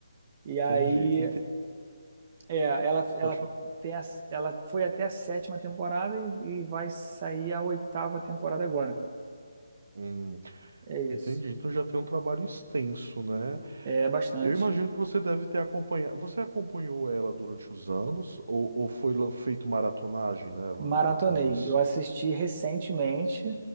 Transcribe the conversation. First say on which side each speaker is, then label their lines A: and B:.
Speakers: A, on the right; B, on the right.
A: E aí.
B: entendi. E te-
A: É, ela, ela,
B: Pode falar.
A: tem a- ela foi até a sétima temporada e, e vai sair a oitava temporada agora.
B: Hum,
A: É
B: entendi.
A: isso.
B: Então já tem um trabalho extenso, né?
A: É bastante.
B: Eu imagino que você deve ter acompanhado. Você acompanhou ela durante os anos ou, ou foi lan- feito maratonagem nela,
A: Maratonei.
B: maratonas?
A: Eu assisti recentemente,